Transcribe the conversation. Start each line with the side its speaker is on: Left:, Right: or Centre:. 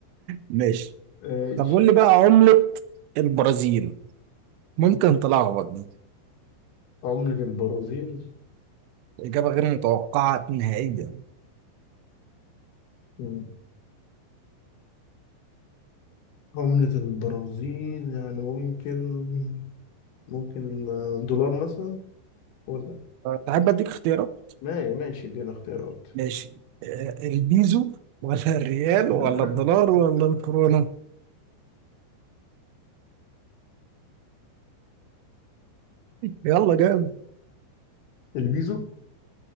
Right: ماشي
Left: ماشي
Right: طب قول لي بقى عملة البرازيل ممكن تلخبط دي
Left: عملة البرازيل
Right: إجابة غير متوقعة نهائيا
Left: مم. عملة البرازيل يعني ممكن ممكن آه، دولار مثلا ولا
Right: أه، تحب أديك اختيارات
Left: ما ماشي ادينا اختيارات
Right: ماشي آه، البيزو ولا الريال
Left: <laughs>
Right: ولا الدولار ولا الكورونا يلا جامد
Left: البيزو